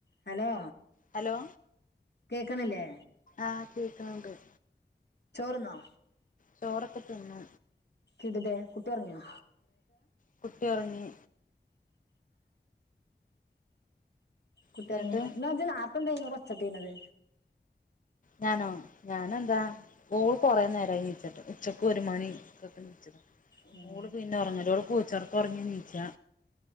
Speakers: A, on the left; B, on the left.
A: Hello.
B: Hello.
A: ക്ക്‌ണില്ലേ.
B: ആ കേക്കണണ്ട്‌.
A: ചോറ്ന്നോ.
B: ചോറൊക്കെ തിന്നു.
A: ഇതിലെ കുട്ടി ഒറങ്യോ.
B: കുട്ടി ഒറങ്ങി.
A: കുട്ടി
B: എന്നിട്ട്
A: ഒറങ്ങ്യ ഇന്നഇജ്ജ്‌ നേർത്തെന്ത്യേനു ഇവടൊച്ചട്ടീന്നത്.
B: ഞാനോ ഞാനെന്താ ഓ കൊറേ നേരായി നീച്ചിട്ട് ഉച്ചക്ക് ഒരു മണിക്കൊക്കെ നീച്ചത
A: ഉം,
B: മോൾ പിന്നെ ഒറങ്ങൂല ഓൾ പൂചൊറക്ക. ഒറങ്ങി നീച്ച